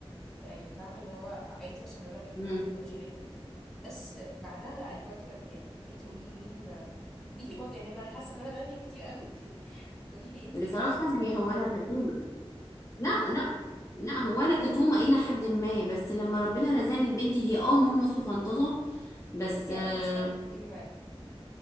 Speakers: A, in the centre; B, on the left.
A: يعني فاهمه اللي هو عادي عشان انا بحبهم
B: امم
A: فبشاركهم بس بعدها لا البارتنر بتاعي انت قولي لي مين قولي لي برضه يعني انا حاسه ان انا بنهي كتير قوي <laughs> قولي لي انت
B: بصراحة
A: انت مثلا
B: يعني هو انا كتومة لا لا لا هو انا كتومة الى حد ما بس لما ربنا رزقني ببنتي هي اه نونو وخنططة بس
A: تلاقيكي
B: آه
A: يعني بتصحي تتكلمي معاه